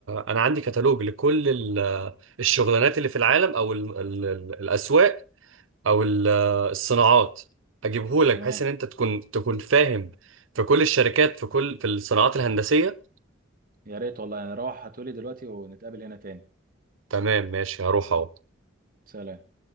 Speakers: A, on the right; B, on the right.
A: انا عندي كتالوج لكل ال الشغلانات اللي في العالم او ال ال ال الاسواق او ال الصناعات هجيبهولك
B: تمام
A: بحيث ان انت تكون تكون فاهم في كل الشركات في كل في الصناعات الهندسية
B: يا ريت والله يعني روح هاتولي دلوقتي ونتقابل هنا تاني
A: تمام ماشي هروح اهو
B: سلام